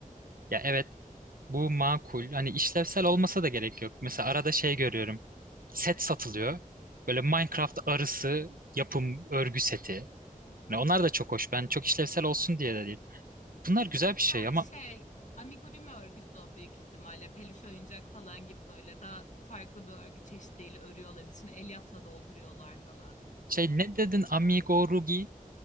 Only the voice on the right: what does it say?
ya evet bu makul. Hani işlevsel olmasa da gerek yok. Mesela arada şey görüyorum. Set satılıyor. Böyle Minecraft arısı yapım örgü seti. Yani onlar da çok hoş. Ben çok işlevsel olsun diye de değil. Bunlar güzel
bir şey ama
Şey ne dedin? Amigurumi?